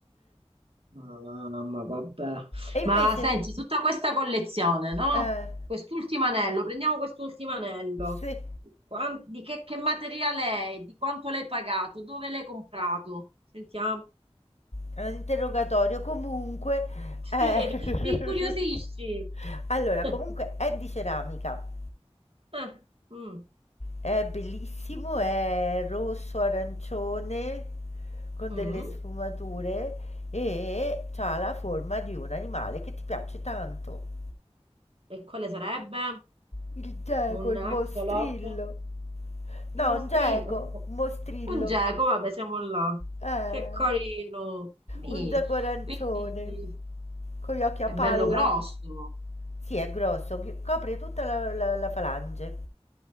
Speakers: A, on the right; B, on the left.
A: Mamma, vabbè.
B: E invece,
A: Ma senti, tutta questa collezione, no?
B: eh,
A: Quest'ultimo anello, prendiamo quest'ultimo anello.
B: se
A: Quan- di che, che materiale è? Di quanto l'hai pagato? Dove l'hai comprato? Sentiamo.
B: è un interrogatorio, comunque,
A: Sì,
B: eh,
A: ti incuriosisci.
B: <laughs> allora,
A: <laughs>
B: comunque è di ceramica,
A: Eh, mm,
B: è bellissimo, è rosso, arancione, con
A: mm.
B: delle sfumature e ha la forma di un animale che ti piace tanto.
A: E quale sarebbe?
B: Il geco,
A: Un
B: il mostrillo.
A: axolot?
B: No,
A: Il mostrino.
B: un geco, un mostrillo.
A: Un geco, vabbè, siamo là.
B: Eh,
A: Che carino. Mi-
B: un zacorancione
A: Quindi
B: con gli occhi a
A: è
B: palla.
A: bello grosso.
B: Sì, è grosso, ghi- copre tutta la, la- la falange.